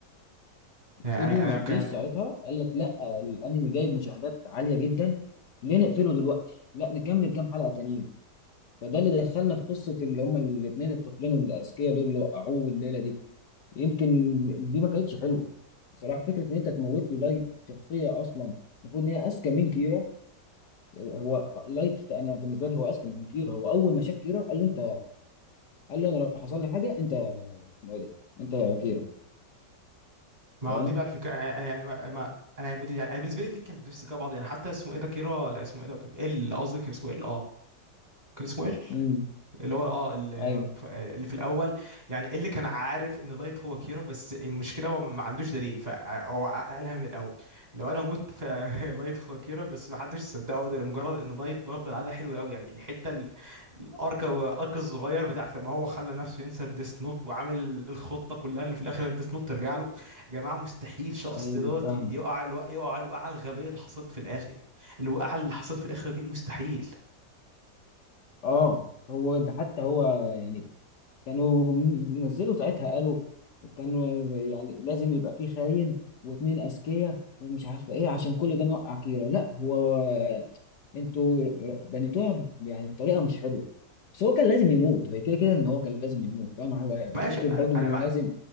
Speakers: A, on the left; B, on the right.
A: الاستوديو
B: يعني انا
A: مرضيش
B: كان
A: ساعتها قال لك لا الانمي جايب مشاهدات عاليه جدا ليه نقفله دلوقتي لا نكمل كام حلقه تانيين فده اللي دخلنا في قصه اللي هما الاثنين الطفلين الاذكياء دول اللي وقعوه الليله دي يمكن دي ما كانتش حلوه بصراحه فكره ان انت تموت لي لايت شخصيه اصلا المفروض ان هي اذكى من كيرا هو لايت انا بالنسبه لي هو اذكى من كيرا هو اول ما شاف كيرا قال له انت قال له انا لو حصل لي حاجه انت اسمه ايه ده انت يا كيرا
B: ما
A: فاهم
B: هو دي بقى الفكره آه، آه، يعني ما, ما انا بدي يعني أنا بالنسبه لي الاثنين كانوا في نفس السكه بعض يعني حتى اسمه ايه ده كيرا لا اسمه ايه ده كان ال قصدي كان اسمه ال اه كان اسمه ال
A: امم
B: اللي هو اه اللي
A: ايوه
B: اللي في الاول يعني إيه اللي كان عارف ان لايت هو كيرا بس المشكله هو ما ما عندوش دليل فهو قالها من الاول لو انا مت فلايت <laughs> هو كيرا بس ما حدش صدقه ده لمجرد ان لايت برضه لعبها حلوه قوي يعني الحته ال- الارك الارك الصغير بتاعت لما هو خلى نفسه ينسى الديس نوت وعامل الخطه كلها ان في الاخر الديس نوت ترجع له يا جماعه مستحيل شخص
A: ايوه
B: زي دوت
A: فاهمك
B: يقع الوقع يقع الوقعه الغبيه اللي حصلت في الاخر الوقعه اللي حصلت في الاخر دي مستحيل
A: اه هو ده حتى هو يعني كانوا بينزلوا ساعتها قالوا كانوا يعني لازم يبقى فيه خاين واتنين اذكياء ومش عارفه ايه عشان كل ده نوقع كيرة لا هو انتوا بنيتوها يعني بطريقه مش حلوه بس هو كان لازم يموت هي كده كده ان هو كان لازم يموت فاهم هو
B: ماشي
A: فكره برضو
B: انا
A: ان
B: ما
A: لازم